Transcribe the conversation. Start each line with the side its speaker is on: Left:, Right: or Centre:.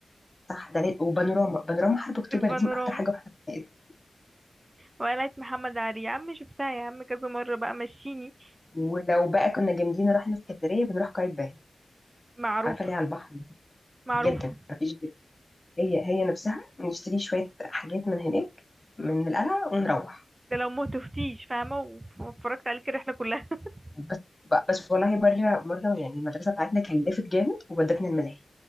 Left: صح ده ليه- وبانوراما بانوراما حرب اكتوبر
Right: البانوراما
Left: دي من اكتر حاجه رحتها في حياتي
Right: وقلعة محمد علي يا عم شفتها يا عم كذا مرة بقى مشيني
Left: ولو بقى كنا جامدين رحنا اسكندريه بنروح قايتباي
Right: معروفة
Left: عارفه ليه على البحر
Right: معروفة
Left: جدا ما فيش غير هي هي نفسها نشتري شويه حاجات من هناك من القلعه ونروح
Right: ده لو ما تفتيش فاهمة وف- واتفرجت عليك الرحلة كلها <laughs>
Left: بس بس والله مرة مرة يعني المدرسة بتاعتنا كان لافت جامد وودتنا الملاهي